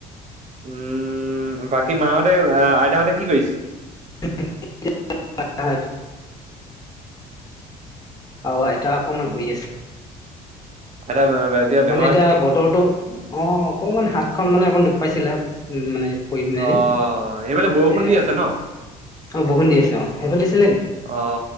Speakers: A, on the right (about 35°); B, on the left (about 20°).
A: উম বাকী মাহতে আইতাহতে কি কৰিছে?
B: <unintelligible> <unintelligible> অ আইতা অকণমান শুই আছে।
A: আইতা <unintelligible>
B: মানে এতিয়া
A: নেকি?
B: বতৰটো অ অকণমান হাত খন মানে অকণমান দুখ পাইছিলে। উম মানে পৰি পিলাই
A: অ'
B: নি
A: সেইফালে বৰষুণ দি আছে ন?
B: অ বৰষুণ দি আছে অ, সেইফাল দিছিলে নি?
A: অ